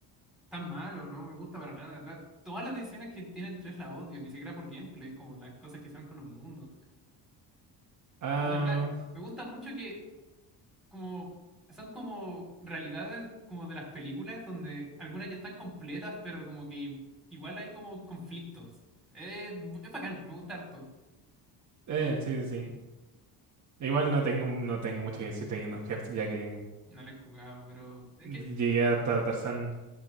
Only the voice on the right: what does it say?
Ah,
eh, sí, sí, sí. Igual no tengo, no tengo mucho que decirte de Kingdom Hearts, ya que
llegué
hasta Tarzán.